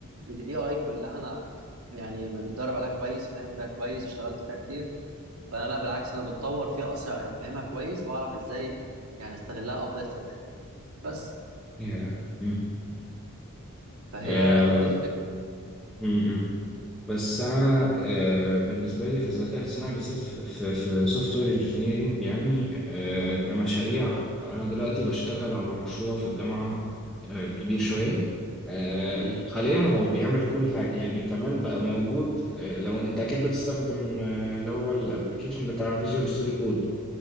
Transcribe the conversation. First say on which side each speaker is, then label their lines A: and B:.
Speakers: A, on the right (about 75°); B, in the centre.
A: الاي اي كلها انا يعني متدرب عليها كويس فاهم فيها كويس اشتغلت فيها كتير فانا لا بالعكس انا بتطور فيها اصلا عشان افهمها كويس واعرف ازاي يعني استغلها افضل استغلال بس
B: يا امم
A: فهي
B: آه،
A: دي الفكره
B: امم بس انا آه، بالنسبه لي في الذكاء الاصطناعي بالذات في في في سوفت وير انجينيرنج يعني آه، كمشاريع انا دلوقتي بشتغل على مشروع في الجامعه آه، كبير شوية آه،
A: امم
B: حاليا هو بيعمل كل حاجة يعني كمان بقى موجود آه، لو انت اكيد بتستخدم آه، اللي هو الابليكيشن بتاع فيجوال ستوديو كود